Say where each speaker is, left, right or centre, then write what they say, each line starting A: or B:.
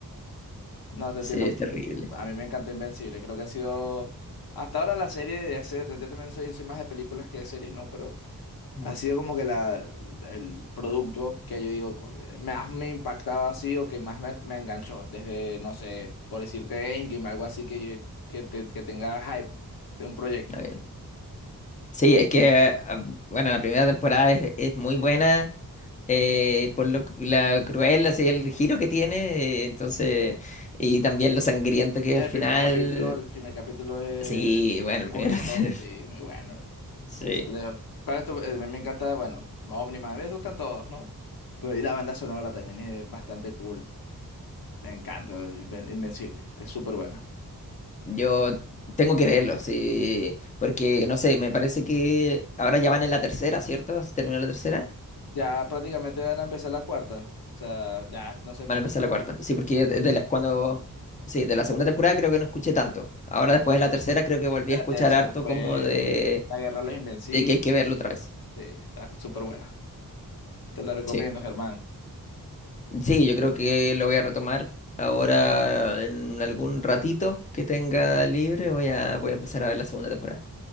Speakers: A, on the left (about 80°); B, on the left (about 20°).
A: No, te
B: sí,
A: entiendo.
B: es terrible.
A: A mí me encanta Invencible. Creo que ha sido hasta ahora la serie de hacer. Yo también soy, soy más de películas que de series, ¿no?
B: Mm,
A: ha sido como que la, el producto que yo digo, co- más me impactaba así o que más me, me enganchó, desde, no sé, por decirte Endgame, algo así que, yo- que, te- que tenga hype de un proyecto.
B: ok. Sí, es que, ah, bueno, la primera temporada es, es muy buena. eh, por lo, la cruel, así el giro que tiene, eh, entonces, y también lo sangriento que es
A: El
B: al final.
A: primer capítulo, el primer capítulo es
B: Sí, bueno, el
A: Over
B: primero.
A: the
B: <laughs>
A: Top, sí, muy bueno.
B: Sí.
A: Sale- ¿cuál es tu- eh, me encanta, bueno, Omniman, a mí me gustan todos, ¿no? Pero y la banda sonora también es bastante cool, me encanta, Inven- Invencible, es súper buena.
B: Yo tengo que verlo, sí. Porque, no sé, me parece que ahora ya van en la tercera, ¿cierto? ¿Se terminó la tercera?
A: Ya prácticamente van a empezar la cuarta. O sea, ya no sé tan
B: Van a empezar
A: pro-
B: la cuarta. Sí, porque de de la- cuando. Sí, de la segunda temporada creo que no escuché tanto. Ahora después de la tercera creo que volví
A: La
B: a escuchar
A: tercera
B: harto
A: fue
B: como de,
A: La Guerra de los Invencibles.
B: de que hay que verlo otra vez.
A: Sí, está súper buena. Te la recomiendo,
B: Sí.
A: Germán.
B: Sí, yo creo que lo voy a retomar ahora en algún ratito que tenga libre. Voy a, voy a empezar a ver la segunda temporada.